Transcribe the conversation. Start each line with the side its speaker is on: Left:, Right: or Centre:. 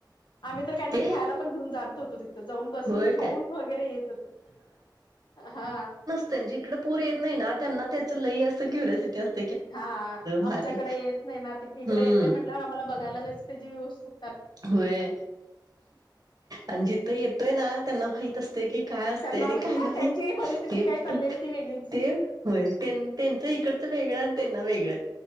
Left: आम्ही तर काहीतरी
Right: ते
Left: खायला पण घेऊन जाततो होतो तिथ. जाऊन बसून
Right: होय
Left: खाऊन
Right: काय
Left: वगैरे येत तो हा
Right: त्यांची इकडे पूर येत नाही ना त्यांना त्याचं लई असं क्युरेसिटी असं.
Left: हा आमच्याकडे
Right: भारी
Left: येत नाही ना त इकडे
Right: हम्म
Left: येतेय म्हटल्यावर आम्हाला बघायला जायचं जी वस्तू
Right: होय. आणि जिथं येतोय ना त्यांना माहित असते की काय असते
Left: त्यांना
Right: आणि काय नाही
Left: त्यांचीही परिस्थिती
Right: ते
Left: काय
Right: म्हत
Left: चाललेली ती वेगळीच
Right: ते होय त्यांचं इकडचं वेगळं आणि त्यांना वेगळं